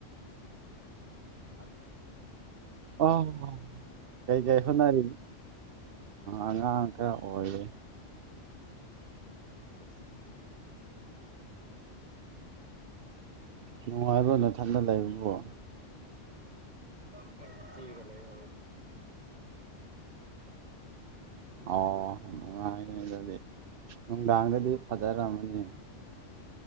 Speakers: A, on the right; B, on the right.
A: ꯐꯜꯇ꯭ꯔ
B: ꯑꯣ ꯀꯩ ꯀꯥꯏꯈꯣꯅꯔ ꯎ ꯑꯉ ꯀ ꯑꯣꯏꯦ
A: ꯔꯖ
B: ꯅꯨꯡꯉꯥꯏꯕ ꯅ ꯊꯅ ꯂꯩꯕꯕꯣ
A: ꯊꯒ ꯂ
B: ꯑꯣ ꯅꯨꯡꯉꯥꯏꯌꯦ ꯑꯗꯨꯗꯤ ꯅꯨꯡꯗꯥꯡꯗꯗꯤ
A: ꯅꯪꯗꯤ
B: ꯐꯖꯔꯝꯃꯅꯤ
A: ꯅꯊꯟ